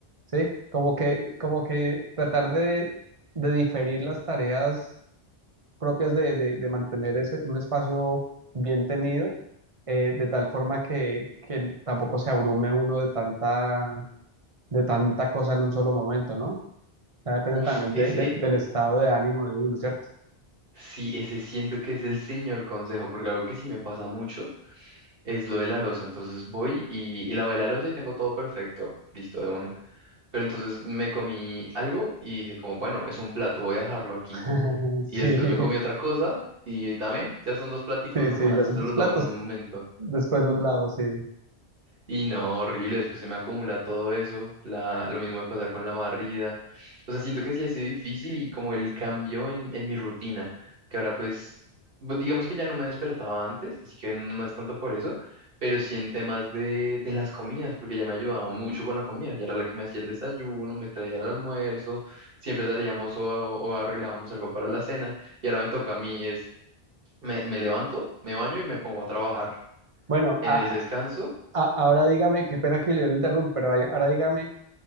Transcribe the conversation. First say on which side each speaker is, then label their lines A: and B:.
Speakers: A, on the right (about 35°); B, on the right (about 60°).
A: ¿sí? Como que, como que tratar de, de diferir las tareas propias de, de, de mantener ese, un espacio bien tenido, eh, de tal forma que, que tampoco se abrume uno de tanta, de tanta cosa en un solo momento, ¿no? Ya depende
B: Uf,
A: también
B: ese,
A: de- de- del estado de ánimo de uno, ¿cierto?
B: sí, ese siento que es el señor consejo, porque algo que sí me pasa mucho es lo de la loza. Entonces voy y, y lavé la loza y tengo todo perfecto, listo de una. Pero entonces me comí algo y dije como, bueno, es un plato, voy a dejarlo aquí.
A: <laughs>
B: Y
A: Sí,
B: después
A: sí,
B: me comí otra cosa y también, ya son dos platicos
A: sí,
B: nomás,
A: ya
B: eso
A: son los
B: los
A: platos,
B: lavo en un momento.
A: después los lavos, sí.
B: Y no, horrible, después se me acumula todo eso, la, lo mismo me pasa con la barrida, o sea, siento que sí ha sido difícil y como el cambio en, en mi rutina, que ahora pues, bu- digamos que ya no me despertaba antes, así que no, no es tanto por eso, pero sí en temas de, de las comidas, porque ya me ayudaba mucho con la comida, ya era la que me hacía el desayuno, me traía el almuerzo, siempre salíamos o, o arreglábamos algo para la cena, y ahora me toca a mí, es, me, me levanto, me baño y me pongo a trabajar
A: Bueno,
B: en
A: a-
B: el descanso.
A: a- ahora dígame, qué pena que le lo interrumpa, pero ahí- ahora dígame,